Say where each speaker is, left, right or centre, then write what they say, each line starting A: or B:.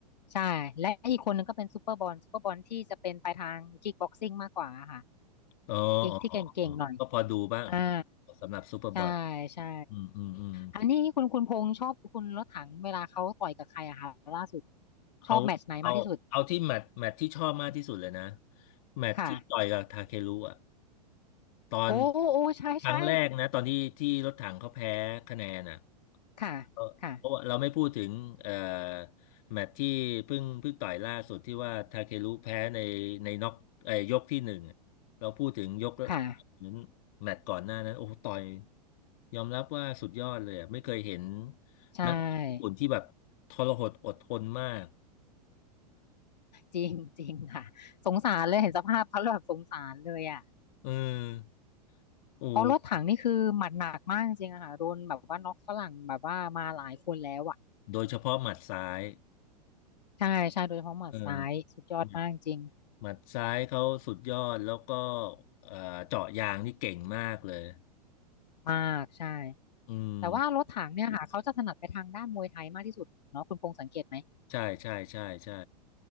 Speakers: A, on the left (about 75°); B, on the left (about 55°).
A: ใช่และอีกคนนึงก็เป็นซูเปอร์บอลซูเปอร์บอลที่จะเป็นไปทางคิกบ็อกซิ่งมากกว่าค่ะ
B: อ๋ออ๋ออ๋ออ๋อ
A: เก่งที่เก่งๆหน่อย
B: ก็พอดูบ้าง
A: อ่า
B: สำหรับซูเปอร์บอท
A: ใช่ใช่
B: อืมอืมอืม
A: อันนี้คุณคุณพงษ์ชอบคุณรถถังเวลาเขาต่อยกับใครอะคะล่าสุด
B: เอาเอาเอาที่แมตช์แมตช์ที่ชอบมากที่สุดเลยนะ
A: ชอบแมตช์ไหนมากที่สุด
B: แมตช์ที่ต่อยกับทาเครุอ่ะ
A: ค่ะ
B: ตอน
A: โอ้โอ้ใช่ใช่
B: ครั้งแรกนะตอนที่ที่รถถังเขาแพ้คะแนนอ่ะ
A: ค่ะ
B: เออเพราะว่าเราไม่พูดถึงเอ่อ
A: ค่ะ
B: แมตช์ที่เพิ่งเพิ่งต่อยล่าสุดที่ว่าทาเครุแพ้ในในน็อกเอ่อยกที่หนึ่งอะเราพูดถึงยก
A: ค่ะ
B: นั้นแมตช์ก่อนหน้านั้นโอ้โหต่อยยอมรับว่าสุดยอดเลยอะไม่เคยเห็น
A: ใช่
B: นักญี่ปุ่นที่แบบทรหดอดทนมาก
A: <laughs> จริงจริงค่ะสงสารเลยเห็นสภาพเขาแล้วแบบสงสารเลยอ่ะ
B: เออโอ
A: เพราะรถถังนี่คือหมัดหนักมากจริงอะค่ะโดนแบบว่าน็อกฝรั่งแบบว่ามาหลายคนแล้วอ่ะ
B: ้โดยเฉพาะหมัดซ้าย
A: ใช่ใช่โดยเฉพาะหมัดซ้ายสุดยอดมากจริง
B: เออหมัดหมัดซ้ายเขาสุดยอดแล้วก็เอ่อเจาะยางนี่เก่งมากเลย
A: มากใช่
B: อืม
A: แต่ว่ารถถังเนี่ยค่ะเขาจะถนัดไปทางด้านมวยไทยมากที่สุดเนาะคุณพงษ์สังเกตไหม
B: ใช่ใช่ใช่ใช่